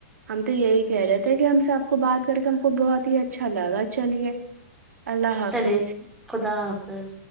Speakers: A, on the right (about 80°); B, in the centre.
A: ہم تو یہی کہہ رہے تھے کہ ہم سے آپ کو بات کر کے ہم کو بہت ہی اچھا لگا چلیے اللہ حافظ
B: چلیے خدا حافظ